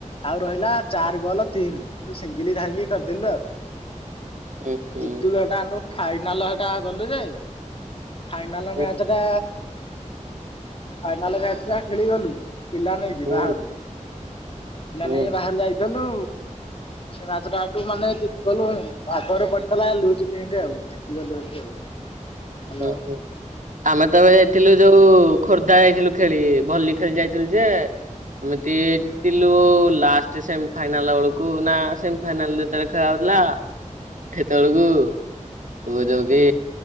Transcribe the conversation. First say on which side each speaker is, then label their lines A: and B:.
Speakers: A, on the left; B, on the right.
A: ଆଉ ରହିଲା ଚାରି ବଲ ତିନି ସିଙ୍ଗିଲ ଧାଇଙ୍ଗି କରିଦେଲୁ ଆଉ।
B: ଉଁ ହୁଁ
A: ଜିତୁଟା ଫାଇନାଲ ସେଟା ଗଲୁ ଯେ ଫାଇନାଲ
B: ଉଁ
A: ମ୍ୟାଚ ଟା ଫାଇନାଲ ମ୍ୟାଚ୍ ଟା ଖେଳିଗଲୁ। ପିଲା ନେଇକି
B: ହୁଁ
A: ବାହାରୁ ପିଲା
B: ଉଁ
A: ନେଇକି ବାହାରୁ ଯାଇଦଲୁ ସେ ନାଚଟାଠୁ ମାନେ ଜିତି କଲୁ ଆ ପାଗରେ ପଡିଥିଲା ଲୁଜ ପେଣ୍ଟ ଆଉ। <unintelligible>
B: ଉ
A: ଆଉ
B: ହୁଁ ଆମେ ତବେ ଯାଇଥିଲୁ ଯୋଉ ଖୋର୍ଦ୍ଧା ଯାଇଥିଲୁ ଖେଳି ଭଲି ଖେଲ୍ ଯାଇଥିଲୁ ଯେ ଏମିତି ଜିତିଲୁ ଲାଷ୍ଟ ସେମି ଫାଇନାଲ ବେଳକୁ ନା ସେମ ଫାଇନାଲ ଯେତେବେଳେ ଖେଳା ହଉଥିଲା ସେତେବେଳକୁ ହ ଯଉ କି